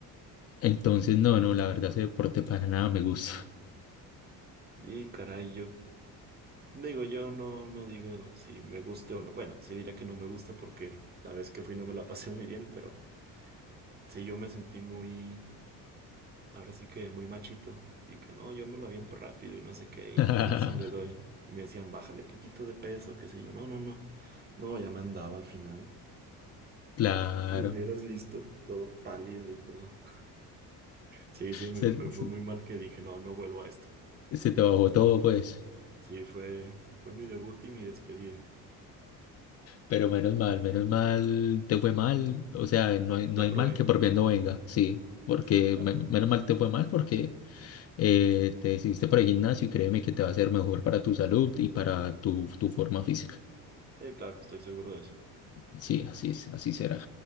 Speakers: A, on the left; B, on the right.
A: Entonces, no, no, la verdad ese deporte para nada me gusta.
B: Y caray, yo digo, yo no, no digo si me guste o no. Bueno, sí diría que no me gusta porque la vez que fui no me la pasé <laughs> muy bien, pero sí yo me sentí muy, ahora sí que muy machito y que no, yo me lo aviento rápido y no sé qué, y
A: <laughs>
B: sí, sí le doy. Y me decían, bájale poquito de peso, qué sé yo. No, no, no. No, ya me andaba al final.
A: Claro,
B: Me hubieras visto todo pálido y todo. Sí, sí, me,
A: se,
B: me fue
A: se-
B: muy mal que dije, no, no vuelvo a esto.
A: se te bajó todo, pues.
B: Sí, fue, fue mi debut y mi despedida.
A: Pero menos mal, menos mal te fue mal. O sea, no hay, no
B: Ya
A: hay
B: probé.
A: mal que por bien no venga, sí. Porque
B: Sí, claro.
A: men- menos mal te fue mal porque eh, te decidiste por el gimnasio y créeme que te va a ser mejor para tu salud y para tu, tu forma física.
B: Eh, claro, estoy seguro de eso.
A: Sí, así, es- así será.